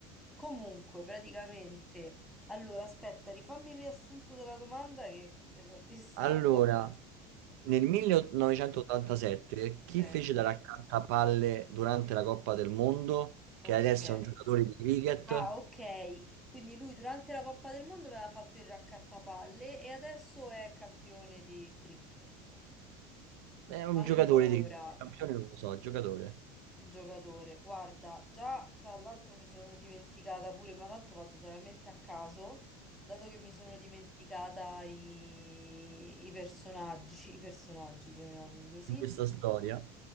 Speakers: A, in the centre; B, on the right.
A: Comunque, praticamente, allora aspetta, rifammi il riassunto della domanda che mi sono distratta.
B: Allora,
A: Allora,
B: nel 1987,
A: ok,
B: chi fece da raccattapalle durante la Coppa del Mondo,
A: ok.
B: che adesso è un giocatore di cricket?
A: Ah, ok. Quindi lui durante la Coppa del Mondo aveva fatto il raccattapalle e adesso è campione di cricket.
B: È un
A: Allora,
B: giocatore di cricket, campione non lo so, giocatore
A: giocatore, guarda, già tra l'altro mi sono dimenticata pure, ma tanto vado totalmente a caso, dato che mi sono dimenticata i, i personaggi, <laughs> i personaggi, chiamiamoli così.
B: in questa storia.